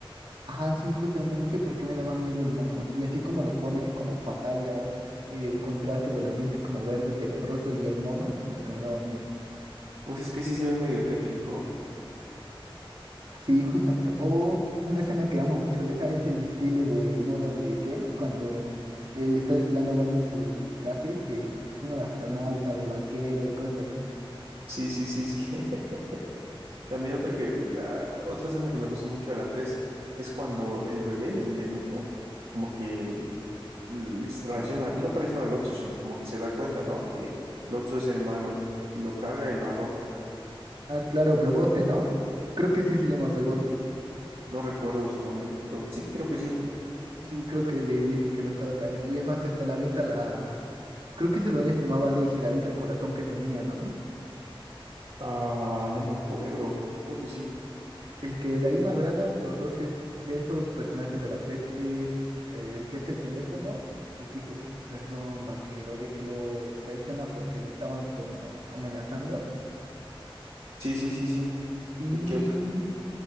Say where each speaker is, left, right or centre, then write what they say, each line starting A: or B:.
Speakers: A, on the right (about 60°); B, on the right (about 75°).
A: Ajá, sí, justamente, no sé por qué me daba miedo el mono. Y así como lo pone, como pantallas, el contraste o el ambiente como verde tenebroso y el mono, como que me daba miedo.
B: Pues es que sí se ve medio tétrico.
A: Sí, justamente. O una escena que amo mucho de esa es el desfile de modas de Ken, cuando él está desfilando a Barbie sus trajes, que uno de astronauta, de vaquero y cosas así.
B: Sí, sí, sí, sí. <laughs> También otra que la otra escena que me gusta mucho de la 3 es cuando el bebé, el nenuco, como que l- traiciona, no traiciona al Lotso, sino como que se da cuenta, ¿no? Que Lotso es el malo y lo carga y lo arroja.
A: Ah, claro, Bebote, ¿no? Creo que sí se llama Bebote.
B: No recuerdo su nombre, pero sí, creo que sí.
A: Sí, creo que le dice que lo estaba engañando. Y es más, hasta la avienta la... Creo que esa dueña se llamaba Daisy, la avienta el corazón que tenía, ¿no?
B: Ah, no me acuerdo. Creo que sí.
A: El que de ahí me agradan, los dos es de esos personajes de la 3 es eh, el que es el teléfono y el que dice, perdón, vaquero, de que lo traiciona porque lo estaban como amenazando.
B: Sí, sí, sí, sí.
A: Y
B: ¿Y qué otro?